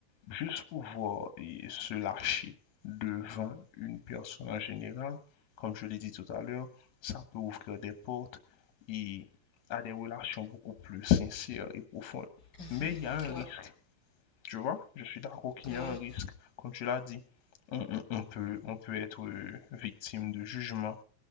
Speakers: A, on the left; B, on the left.
A: juste pouvoir et, se lâcher devant une personne en général, comme je l'ai dit tout à l'heure, ça peut ouvrir des portes et à des relations beaucoup plus sincères et profondes.
B: Mmh.
A: Mais il y a un risque
B: Ouais,
A: tu vois, je suis d'accord qu'il
B: ouais,
A: y a un risque. Comme tu l'as dit, on, on- on peut, on peut être euh, victime de jugement,